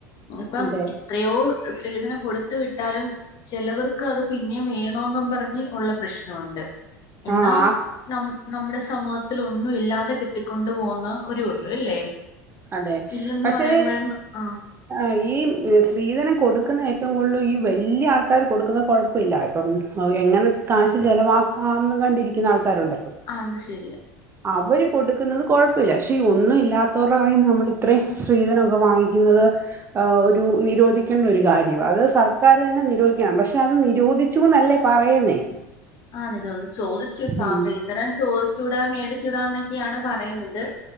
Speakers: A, on the left; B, on the right.
A: ഇപ്പം
B: അതെ
A: എത്രയോ സ്ത്രീധനം കൊടുത്ത വിട്ടാലും ചിലവർക്ക് അത് പിന്നേെ വേണോന്നും പറഞ്ഞ് ഉള്ള പ്രശ്നമുണ്ട് എന്നാ
B: ആഹ്
A: ന നമ്മുടെ സമൂഹത്തി ഒന്നും ഇല്ലാ കിട്ടിക്കൊണ്ട് പോകുന്ന ഒരു ഉണ്ട് അല്ലേ
B: അതെ
A: ഇല്ലന്ന്
B: പക്ഷേ
A: പറയുമ്പോഴും ആ
B: ആ ഈ സ്ത്രീധനം കൊടുക്കുന്ന ഏറ്റവും കൂടുതൽ ഈ വലിയ ആൾക്കാാര് കൊടുക്കുന്ന കുഴപ്പം കുഴപ്പില്ല ഇപ്പം എങ്ങനെ കാാശ് ചലവാക്കാംന്ന് കണ്ടിരിക്കുന്ന ആൾക്കാരുണ്ടല്ലോ
A: ആഹ അത് ശരി
B: അവര് കൊടുക്കുന്നത് കൊഴപ്പമില്ല പക്ഷെ ഒന്നും ഇല്ലാത്തവർ ണ നമ്മൾ ഇത്രയും സ്ത്രീധനമൊക്കെ വാങ്ങിക്കുന്നത് ഒരു നിരോധിക്കേണ്ട ഒരു കാര്യമാണ് അത് സർക്കാർ തന്നെ നിരോധിക്കണം പക്ഷെ അത് നിരോധിച്ചു നല്ല പറയുന്നേ
A: ആതന്ന് ചോദിച്ചു സാ
B: ഉം
A: ഇരം ചോദിച്ചുടാ മേടിച്ചൂടാ എന്നൊക്കെയാണ് പറയുന്നത്